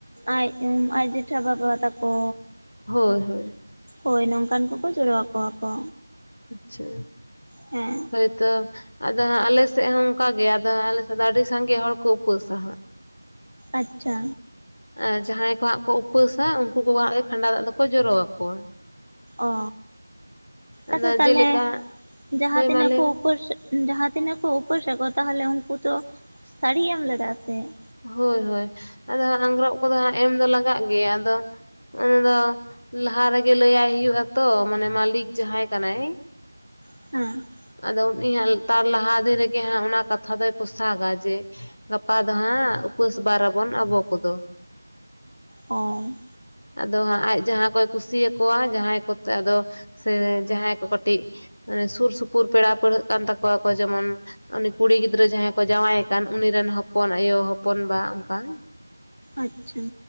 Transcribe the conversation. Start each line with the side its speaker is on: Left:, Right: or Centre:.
Right: ᱟᱡᱽ ᱩᱸ ᱟᱡ ᱡᱮᱴᱷᱟ ᱵᱟᱵᱟ ᱛᱟᱠᱚ
Left: ᱦᱚᱭ ᱦᱚᱭ᱾
Right: ᱦᱚᱭ ᱱᱚᱝᱠᱟᱱ ᱠᱚᱠᱚ ᱡᱚᱨᱚ ᱣᱟᱠᱚᱣᱟ ᱠᱚ᱾
Left: ᱟᱪᱪᱷᱟ
Right: ᱦᱮᱸ
Left: ᱦᱚᱭᱛᱚ, ᱟᱫᱚ ᱦᱟᱸᱜ ᱟᱞᱮᱥᱮᱜ ᱦᱚᱸ ᱚᱱᱠᱟ ᱜᱮ ᱟᱫᱚ ᱟᱞᱮᱥᱮᱜ ᱫᱚ ᱟᱹᱰᱤ ᱥᱟᱸᱜᱮ ᱦᱚᱲ ᱠᱚ ᱩᱯᱟᱹᱥᱟ ᱦᱟᱸᱜ᱾
Right: ᱟᱪᱪᱷᱟ,
Left: ᱟᱸ ᱡᱟᱦᱟᱸᱭ ᱠᱚ ᱦᱟᱸᱜ ᱠᱚ ᱩᱯᱟᱹᱥᱟ ᱩᱱᱠᱩ ᱠᱚ ᱦᱟᱸᱜ ᱜᱮ ᱠᱷᱟᱸᱰᱟ ᱫᱟᱜᱽ ᱫᱚᱠᱚ ᱡᱚᱨᱚ ᱟᱠᱚᱣᱟ᱾
Right: ᱚ
Left: ᱟᱫᱚ
Right: ᱟᱪᱪᱷᱟ ᱛᱟᱦᱞᱮ
Left: ᱡᱮᱞᱮᱠᱟ
Right: ᱡᱟᱦᱟᱸ
Left: ᱦᱳᱭ
Right: ᱛᱤᱱᱟᱹᱜ
Left: ᱢᱟ ᱞᱟᱹᱭ
Right: ᱠᱚ
Left: ᱵᱮᱱ
Right: ᱩᱯᱟᱹᱥ, ᱡᱟᱦᱟᱸ ᱛᱤᱱᱟᱹᱜ ᱠᱚ ᱩᱯᱟᱹᱥ ᱟᱠᱚ ᱛᱟᱦᱚᱞᱮ ᱩᱱᱠᱩ ᱫᱚ ᱥᱟᱹᱲᱤ ᱮᱢ ᱞᱟᱜᱟᱜ-ᱟ ᱥᱮ ᱾
Left: ᱦᱳᱭ ᱦᱳᱭ ᱟᱫᱚ ᱦᱟᱸᱜ ᱟᱝᱜᱽᱨᱚᱜ ᱠᱚᱫᱚ ᱦᱟᱸᱜ ᱮᱢ ᱫᱚ ᱞᱟᱜᱟᱜ ᱜᱮᱭᱟ ᱟᱫᱚ ᱚᱱᱟ ᱫᱚ ᱞᱟᱦᱟ ᱨᱮᱜᱮ ᱞᱟᱹᱭᱟᱭ ᱦᱩᱭᱩᱜ-ᱟ ᱛᱚ ᱢᱟᱱᱮ ᱢᱟᱹᱞᱤᱠ ᱡᱟᱦᱟᱸᱭ ᱠᱟᱱᱟᱭ ᱾
Right: ᱦᱩᱸ ᱾
Left: ᱟᱫᱚ ᱩᱱᱤ ᱦᱟᱸᱜ ᱛᱟᱨ ᱞᱟᱦᱟ ᱫᱤᱱ ᱨᱮᱜᱮ ᱦᱟᱸᱜ ᱚᱱᱟ ᱠᱟᱛᱷᱟ ᱫᱚᱭ ᱯᱳᱚᱥᱟᱜᱟ ᱡᱮ ᱜᱟᱯᱟ ᱫᱚ ᱦᱟᱸᱜ ᱩᱯᱟᱹᱥ ᱵᱟᱨᱟ ᱵᱚᱱ ᱟᱵᱚ ᱠᱚᱫᱚ ᱾
Right: ᱚᱸᱻ ᱾
Left: ᱟᱫᱚ ᱦᱟᱸᱜ ᱟᱡ ᱡᱟᱦᱟᱸ ᱠᱚᱭ ᱠᱩᱥᱤᱭᱟᱠᱚᱣᱟ ᱡᱟᱦᱟᱸᱭ ᱠᱚᱛᱮ ᱟᱫᱚ ᱥᱮ ᱡᱟᱦᱟᱸᱭ ᱠᱚ ᱠᱟᱹᱴᱤᱡ ᱥᱩᱨ ᱥᱩᱯᱩᱨ ᱯᱮᱲᱟ ᱯᱟᱹᱲᱦᱟᱹᱜ ᱠᱟᱱ ᱛᱟᱠᱚᱣᱟ ᱠᱚ ᱡᱮᱢᱚᱱ ᱩᱱᱤ ᱠᱩᱲᱤ ᱜᱤᱫᱽᱨᱟᱹ ᱡᱟᱦᱟᱸᱭ ᱠᱚ ᱡᱟᱶᱟᱭᱮ ᱠᱟᱱ ᱩᱱᱤ ᱨᱮᱱ ᱦᱚᱯᱚᱱ ᱟᱭᱳ ᱦᱚᱯᱚᱱ ᱵᱟ ᱚᱱᱠᱟ ᱾
Right: ᱟᱪᱪᱷᱟ ᱾